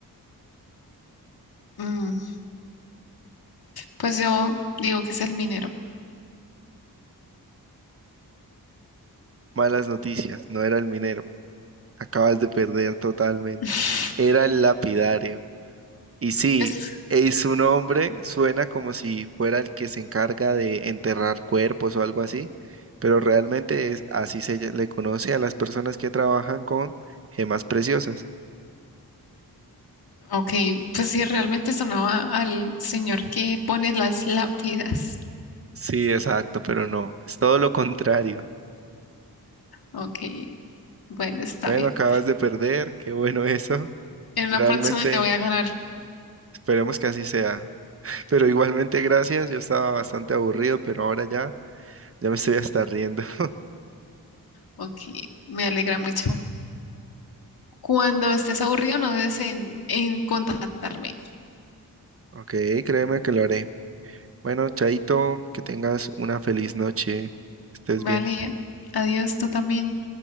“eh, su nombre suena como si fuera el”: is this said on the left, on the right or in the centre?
Right